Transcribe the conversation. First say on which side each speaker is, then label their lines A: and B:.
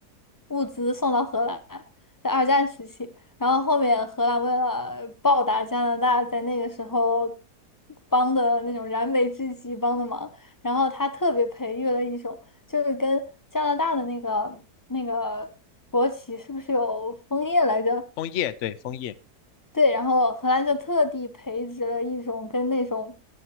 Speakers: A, on the left; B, on the left.
A: 物资送到荷兰，在二战时期。然后后面荷兰为了报答加拿大在那个时候帮的那种燃眉之急帮的忙，然后他特别培育了一种，就是跟加拿大的那个那个国旗是不是有枫叶来着？
B: 枫叶，对，枫叶。
A: 对，然后荷兰就特地培植了一种跟那种